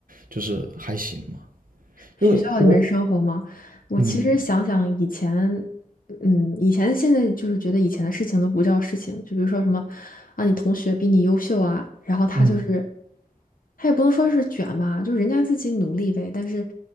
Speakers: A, on the right; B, on the left.
A: 就是还行吗？
B: 学校里面生活吗？
A: 因为我，
B: 我其实想想以前，
A: 嗯
B: 嗯，以前现在就是觉得以前的事情都不叫事情，就比如说什么啊，你同学比你优秀啊，然后他就是
A: 嗯
B: 他也不能说是卷吧，就是人家自己努力呗，但是